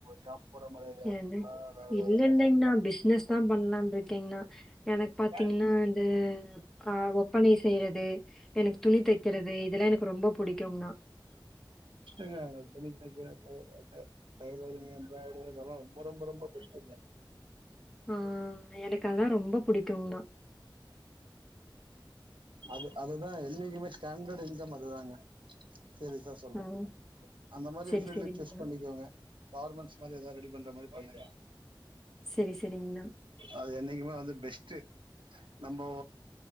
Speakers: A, on the right; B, in the centre.
A: ஜாப் போற மாரி ஐடியா
B: இல்ல
A: இருக்குங்களா வேற
B: இல்லங்கண்ணா
A: எதாவது
B: பிசினஸ் தான் பண்ணலாம் இருக்கேங்கண்ணா எனக்கு
A: பண்ணனு
B: பாத்தீங்கன்னா இந்த ஆஹ் ஒப்பனை செய்யறது எனக்கு துணி தெக்கறது இதெலாம் எனக்கு ரொம்ப பிடிக்கும்ண்ணா
A: <unintelligible> அதெலாம் ரொம்ப ரொம்ப ரொம்ப பெஸ்ட்
B: ஆஹ் எனக்கு அதான் ரொம்ப பிடிக்குங்கண்ணா
A: அது அதுதான் என்னைக்குமே ஸ்டாண்டர்டு இன்கம் அதுதாங்க செரி சார் சொல்றேன்
B: ஆ.
A: அந்த மாரி
B: சரி,
A: பீல்டு
B: சரிங்கண்ணா.
A: சூஸ் பண்ணிக்கோங்க கவர்மெண்ட் ஆமா ஏதாது ரெடி பண்ற மாரி பாருங்க
B: சரி, சரிங்கண்ணா.
A: அது என்னைக்குமே வந்து பெஸ்ட்டு நம்போ